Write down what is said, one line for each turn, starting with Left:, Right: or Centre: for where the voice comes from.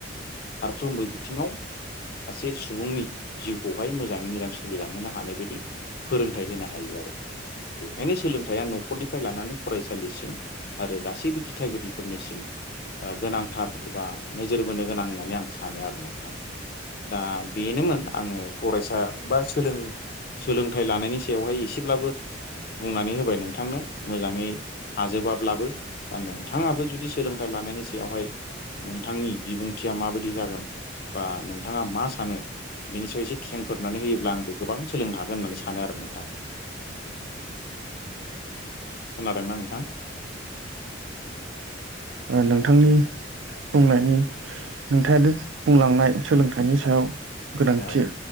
Left: फारफ्रोमबो बिथिंङाव सासे सुबुंनि जिउखौहाय मोजाङै मोजां सोलिलांहोनो हानाय बायदि फोरोंथाइ होनो हायो आरो बेखायनो सोलोंथाइया न'खरनिफ्राय लानानै फरायसालिसिम आरो गासैबो दिथागिरिफोरनिसिम ओ गोनांथार एबा नोजोर बोनो गोनां होननानै आं सानो आरो नोंथां दा बेनोमोन आंङो फरायसा बा सोलों सोलोंथाइ लानायनि सायावहाय एसेब्लाबो बुंनानै होबाय नोंथांनो मोजाङै हाजोबाब्लाबो। दा नोंथाङाबो जुदि सोलोंथाइ लानायनि सायावहाय नोंथांनि बिबुंथिया माबायदि जागोन बा नों नोंथांङा मा सानो बिनि सायाव एसे खेंफोरनानै होयोब्ला आंबो गोबां सोलोंनो हागोन होननानै सानो आरो नोंथां।
Right: औ‌।
Left: खोनादोंना नोंथां? <inaudible>
Right: नोंथांनि बुंनायनि नोंथानो बुंलांनाय सोलोंथाइनि सायाव गोनांथि
Left: औ